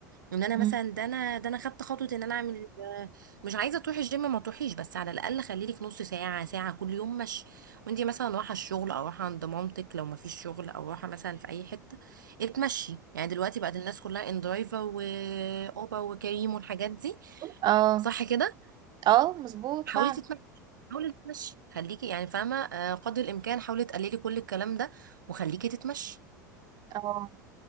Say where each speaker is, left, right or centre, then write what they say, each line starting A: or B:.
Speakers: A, on the right; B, on the right.
A: ان انا
B: أمم،
A: مثلا ده انا ده انا خدت خطوه ان انا اعمل آه، مش عايزه تروحي الجيم ما تروحيش بس على الاقل خلي لك نص ساعه ساعه كل يوم مش وانت مثلا رايحه الشغل او رايحه عند مامتك لو ما فيش شغل او رايحه مثلا في اي حته اتمشي يعني دلوقتي بقت الناس كلها اندرايفر واوبا وكريم والحاجات دي
B: اه
A: صح كده
B: اه مظبوط
A: حاولي
B: فعلا
A: تتمشي حاولي تتمشي خليكي يعني فاهمه آه، قدر الامكان حاولي تقللي كل الكلام ده وخليكي تتمشي
B: اه